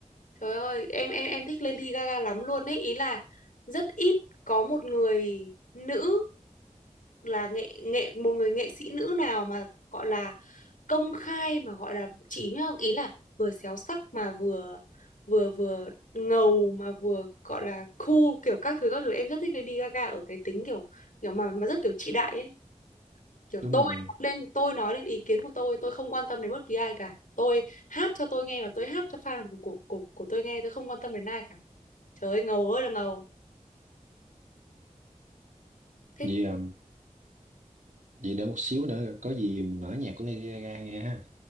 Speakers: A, on the left; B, on the right.
A: Trời ơi, em em em thích Lady Gaga lắm luôn ấy, ý là rất ít có một người nữ là nghệ nghệ một người nghệ sĩ nữ nào mà gọi là công khai mà gọi là chỉ nhá, ý là vừa xéo sắc mà vừa vừa vừa ngầu mà vừa gọi là cool kiểu các thứ các thứ em rất thích Lady Gaga ở cái tính kiểu kiểu mà mà rất kiểu chị đại ấy kiểu
B: đúng
A: tôi
B: rồi
A: lên tôi nói lên ý kiến của tôi tôi không quan tâm đến bất kỳ ai cả tôi hát cho tôi nghe và tôi hát cho fan của của của, của tôi nghe tôi không quan tâm đến ai cả trời ơi ngầu ơi là ngầu thích
B: vì à, vì để một xíu nữa có gì mình mở nhạc của Lady Gaga nghe ha